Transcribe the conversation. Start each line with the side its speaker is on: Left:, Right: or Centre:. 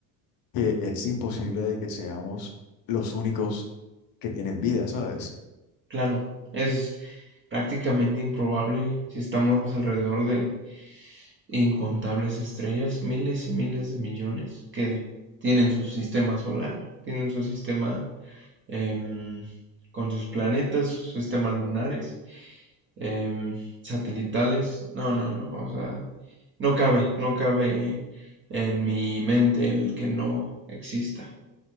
Left: que es imposible de que seamos los únicos que tienen vida, ¿sabes?
Right: claro, es... prácticamente improbable si estamos alrededor de incontables estrellas, miles y miles de millones que tienen su sistema solar, tienen su sistema em, con sus planetas, sus sistemas lunares, em, satelitales. No, no, no, o sea, no cabe, no cabe en mi mente el que no exista,